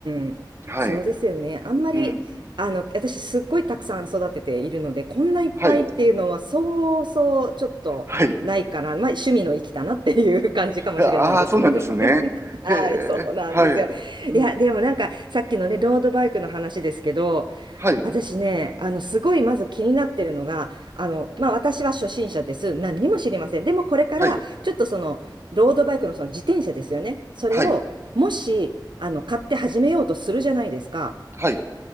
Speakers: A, on the right; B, on the right.
A: ん、
B: はい。
A: そうですよね。あんまり、
B: うん。
A: あの、私すっごいたくさん育てているので、こんないっぱいっていうのは、
B: はい。
A: そうそうちょっとないかな。
B: はい。
A: まあ、趣味の域だなっていう感じかもしれないです。
B: ああー、そうなんですね。
A: <laughs> はい、
B: へえ、
A: そうなんですよ。
B: はい。うん、
A: いや、でもなんか、さっきのね、ロードバイクの話ですけど、
B: はい、
A: 私ね、あの、すごいまず気になってるのが、あの、まあ、私は初心者です。何にも知りません。でもこれから、
B: はい、
A: ちょっとその、ロードバイクのその自転車ですよね。それを、
B: はい、
A: もし、あの、買って始めようとするじゃないですか。
B: はい。